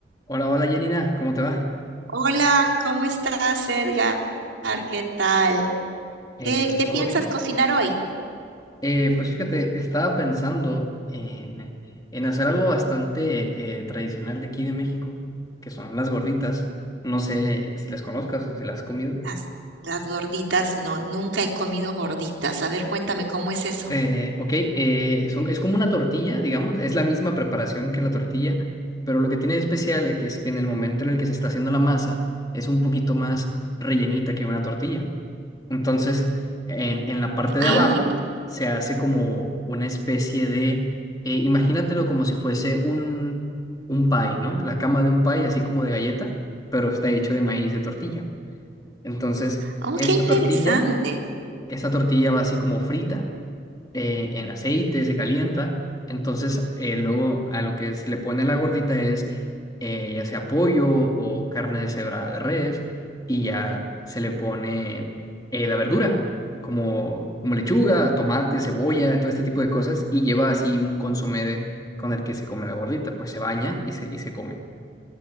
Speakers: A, on the left; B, on the right.
A: Hola, hola Janina, ¿cómo te va?
B: Hola, ¿cómo estás, Edgar? ¿Qué tal?
A: Eh,
B: ¿Qué, qué
A: ¿todo
B: piensas
A: bien?
B: cocinar hoy?
A: Eh, pues fíjate, estaba pensando en, en hacer algo bastante eh, tradicional de aquí de México, que son las gorditas. No sé si las conozcas o si las has comido.
B: Las, las gorditas, no, nunca he comido gorditas. A ver, cuéntame cómo es eso.
A: Eh, ok, eh, son, es como una tortilla, digamos, es la misma preparación que la tortilla, pero lo que tiene de especial es que, es que en el momento en el que se está haciendo la masa es un poquito más rellenita que una tortilla. Entonces, en, en la parte
B: Ah,
A: de abajo se hace como una especie de, eh, imagínatelo como si fuese un, un pie, ¿no? La cama de un pie, así como de galleta, pero está hecho de maíz de tortilla. Entonces,
B: oh,
A: esta
B: qué interesante.
A: tortilla esta tortilla va así como frita eh, en aceite, se calienta. Entonces, eh, luego a lo que se le pone la gordita es eh, ya sea pollo o carne deshebrada de res y ya se le pone eh, la verdura, como, como lechuga, tomate, cebolla, todo este tipo de cosas y lleva así un consomé de- con el que se come la gordita, pues se baña y se, y se come.